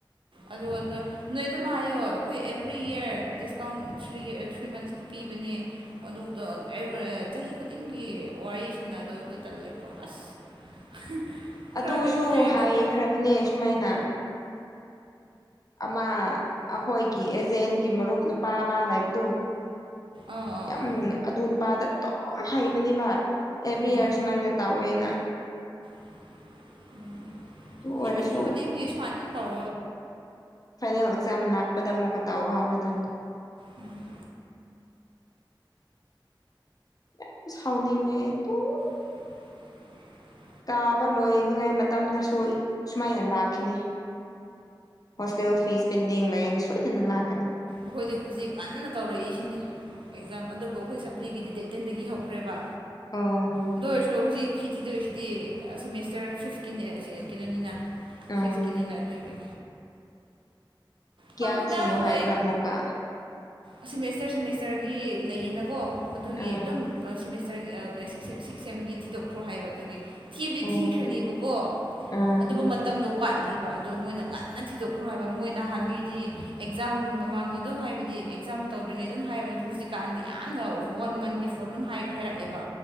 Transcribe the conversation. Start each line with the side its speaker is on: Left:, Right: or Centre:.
Right: ꯑꯗꯨ ꯅꯣꯏ ꯅꯣꯏ ꯑꯗꯨꯝ ꯍꯥꯏꯌꯣ ꯑꯈꯣꯏ every year discount three three months ꯄꯤꯕꯅꯦ ꯑꯗꯨ ꯗ <unintelligible> ꯆꯍꯤ ꯈꯨꯗꯤꯡꯒꯤ ꯋꯥꯔꯤ ꯁꯥꯟꯅꯗꯧꯗꯨ ꯇꯜꯂꯦꯀꯣ ꯑꯁ <unintelligible> ꯈꯔ
Left: ꯑꯗꯨꯁꯨ
Right: ꯀꯩꯅꯣ ꯊꯥꯏꯔꯗꯤꯀꯣ
Left: ꯍꯥꯏꯈ꯭ꯔꯕꯅꯦ ꯁꯨꯃꯥꯏꯅ ꯑꯃ ꯑꯈꯣꯏꯒꯤ ꯑꯦꯖꯦꯟꯒꯤ ꯃꯔꯨꯞ ꯅꯨꯄꯥ ꯑꯃ ꯂꯩꯕꯗꯨ
Right: ꯑꯥ ꯑꯥ
Left: ꯌꯥꯝ
Right: ꯑꯥ
Left: ꯑꯗꯨ ꯅꯨꯄꯥꯗ ꯗꯨꯝ ꯍꯩꯕꯅꯦꯕ ꯑꯦꯕꯔꯤ
Right: ꯑꯥ
Left: ꯌꯤꯔ ꯁꯨꯃꯥꯏꯅ ꯇꯧꯋꯦꯅ
Right: ꯎꯝ <unintelligible>
Left: ꯑꯗꯨ ꯑꯣꯏꯔꯁꯨ
Right: ꯆꯍꯤ ꯈꯨꯗꯤꯡꯒꯤ ꯁꯨꯃꯥꯏꯅ ꯑꯗꯨꯝ ꯇꯧ
Left: ꯐꯥꯏꯅꯦꯜ ꯑꯦꯛꯖꯥꯝ ꯅꯥꯛꯄꯗ ꯑꯃꯨꯛꯀ ꯇꯧꯕꯥ ꯍꯧꯔꯗꯅꯤ
Right: ꯎꯝ
Left: ꯌꯥꯝ ꯁꯥꯎꯅꯤꯡꯉꯦ ꯇꯨꯠ
Right: <inaudible>
Left: ꯀꯥꯕ ꯂꯣꯏꯅꯤꯉꯥꯏ ꯃꯇꯝꯗꯁꯨ ꯁꯨꯃꯥꯏꯅ ꯂꯥꯛꯈꯤꯅꯤ ꯍꯣꯁꯇꯦꯜ ꯐꯤꯁ ꯄꯦꯟꯗꯤꯡ ꯂꯩꯌꯦꯅ ꯁꯣꯏꯗꯅ ꯂꯥꯛꯀꯅꯤ
Right: ꯑꯈꯣꯏꯗꯤ ꯍꯧꯖꯤꯛ ꯉꯟꯅ ꯇꯧꯔꯛꯏꯁꯤꯅꯤ ꯑꯦꯛꯖꯥꯝ ꯑꯗꯨꯕꯨ ꯈꯣꯏ ꯁꯞꯄ꯭ꯂꯤꯒꯤꯗꯤ ꯗꯦꯠ ꯇꯦꯟꯗꯒꯤ ꯍꯧꯈ꯭ꯔꯦꯕ
Left: ꯑꯣ
Right: ꯑꯗꯨ ꯑꯣꯏꯔꯁꯨ ꯍꯨꯖꯤꯛ ꯐꯤ ꯊꯤꯗꯣꯏꯁꯤꯗꯤ ꯁꯦꯃꯤꯁꯇꯔ ꯐꯤꯐꯀꯤꯅꯦ ꯀꯩꯅꯣꯅꯤꯅ
Left: ꯑꯥ
Right: ꯁꯤꯛꯁꯀꯤꯅꯤꯅ ꯑꯗꯨꯒꯤ
Left: ꯀꯤꯌꯥ
Right: ꯈꯪꯗꯦꯗ
Left: ꯊꯤꯌꯣ ꯍꯥꯏꯕ꯭ꯔꯥ
Right: ꯃꯣꯏ
Left: ꯑꯃꯨꯛꯀꯥ
Right: ꯁꯦꯃꯦꯁꯇꯔ ꯁꯦꯃꯦꯁꯇꯔꯒꯤ ꯂꯩꯌꯦꯅꯀꯣ ꯑꯗꯨꯒꯤ
Left: ꯑꯥ
Right: ꯑꯗꯨꯝ ꯁꯦꯃꯦꯁ ꯀꯔꯤ ꯑꯥ ꯁꯤꯛꯁ ꯁꯦ ꯁꯤꯛꯁ ꯁꯦꯝꯒꯤ ꯊꯤꯗꯣꯛꯈ꯭ꯔꯣ ꯍꯥꯏꯕ ꯑꯗꯨꯒꯤ ꯊꯤꯕꯗꯤ
Left: ꯑꯣ
Right: ꯊꯤꯈ꯭ꯔꯅꯤꯕꯀꯣ
Left: ꯑꯥ
Right: ꯑꯗꯨꯕꯨ ꯃꯇꯝꯗꯣ ꯋꯥꯠꯂꯤꯕ ꯕ ꯃꯣꯏꯅ ꯉꯟꯅ ꯊꯤꯗꯣꯛꯈ꯭ꯔꯣ ꯍꯥꯏꯕ ꯃꯣꯏ ꯅꯍꯥꯟꯒꯩ ꯗꯤ ꯑꯦꯛꯖꯥꯝ ꯃꯃꯥꯡꯗ ꯑꯗꯨꯝ ꯍꯥꯏꯕꯗꯤ ꯑꯦꯛꯖꯥꯝ ꯇꯧꯗ꯭ꯔꯤꯉꯩ ꯑꯗꯨꯝ ꯍꯥꯏꯕꯗꯣ ꯑꯗꯨ ꯍꯧꯖꯤꯛꯀꯥꯟꯗꯤ ꯌꯥꯝꯅ ꯋꯠ ꯋꯥꯟ ꯃꯟ ꯕꯤꯐꯣꯔ ꯑꯗꯨꯝ ꯍꯥꯏ ꯍꯥꯏꯔꯛꯑꯦꯕ